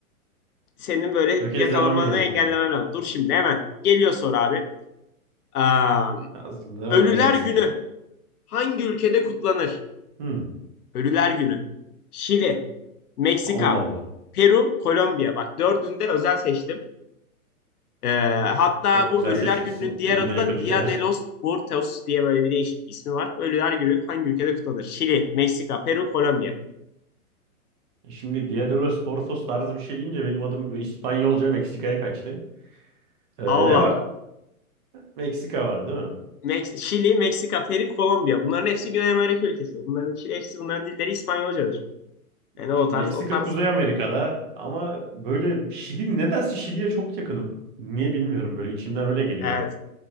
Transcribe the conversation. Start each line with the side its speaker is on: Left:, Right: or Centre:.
Left: senin böyle
Right: Tökezlemem
Left: yakalanmanı
Right: gerekiyor.
Left: engellemen lazım. Dur şimdi hemen. Geliyor soru abi. Am,
Right: Hazırla yolla
Left: Ölüler
Right: gelsin.
Left: Günü
Right: abi.
Left: hangi ülkede kutlanır?
Right: Hmm.
Left: Ölüler Günü. Şili, Meksika,
Right: Allah Allah.
Left: Peru, Kolombiya. Bak dördünde özel seçtim. Ee, hatta
Right: Çok
Left: bu
Right: güzel
Left: Ölüler
Right: seçmişsin.
Left: Günü'nün diğer
Right: Birbirine
Left: adı
Right: yakın
Left: da
Right: ülkeler.
Left: Dia de los Muertos diye böyle bir değişik bir ismi var. Ölüler Günü hangi ülkede kutlanır? Şili, Meksika, Peru, Kolombiya.
Right: E Şimdi Dia de los Portos tarzı bir şey deyince benim adım böyle İspanyolca Meksika'ya kaçtı. Ee, ne
Left: Allah
Right: var?
Left: Allah.
Right: Meksika var değil mi?
Left: Meks- Şili, Meksika, Peru, Kolombiya. Bunların hepsi Güney Amerika ülkesi. Bunların hepsi bunların dilleri İspanyolcadır. Yani o
Right: Şimdi
Left: tarz
Right: Meksika
Left: o tarz.
Right: Kuzey Amerika'da ama böyle Şili nedense Şili'ye çok yakınım. Niye bilmiyorum böyle içimden öyle geliyor.
Left: Evet.